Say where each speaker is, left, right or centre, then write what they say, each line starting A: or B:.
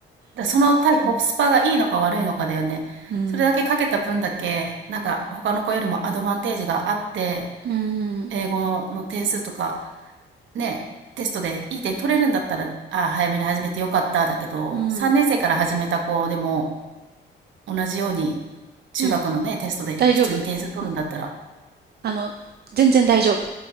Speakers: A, on the right (about 70°); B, on the right (about 55°).
A: だ、その対コスパがいいのか悪いのかだよね。
B: うん
A: それだけかけた分だけ、なんか他の子よりもアドバンテージがあって、
B: うん
A: 英語の点数とかね、テストでいい点取れるんだったら、あ、早めに始めてよかっただけど、
B: うん
A: 3年生から始めた子でも、同じように中学のね、
B: うん
A: テストで普通に点数取るんだったら、
B: 大丈夫、うん、あの全然大丈夫